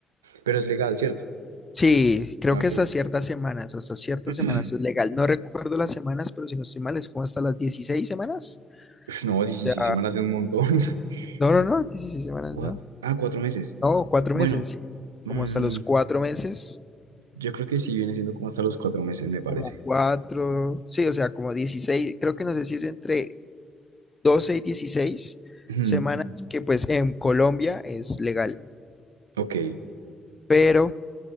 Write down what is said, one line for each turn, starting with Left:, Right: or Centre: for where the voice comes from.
Right: Pero es legal, ¿cierto?
Left: Sí, creo
Right: Ah,
Left: que
Right: ok.
Left: hasta ciertas semanas, hasta ciertas
Right: <clears throat>
Left: semanas es legal. No recuerdo las semanas, pero si no estoy mal, es como hasta las dieciséis semanas.
Right: Ush, No, 16
Left: O sea,
Right: semanas es un montón. <laughs>
Left: no, no, no, 16 semanas,
Right: Cua-
Left: no.
Right: ah, cuatro meses.
Left: No, cuatro
Right: Bueno,
Left: meses, sí.
Right: mm,
Left: Como hasta los cuatro meses,
Right: yo creo que sí viene siendo como hasta los cuatro meses, me parece.
Left: como cuatro, sí, o sea, como 16. creo que no sé si es entre 12 y 16
Right: Ujú,
Left: semanas, que pues en Colombia es legal,
Right: ok,
Left: pero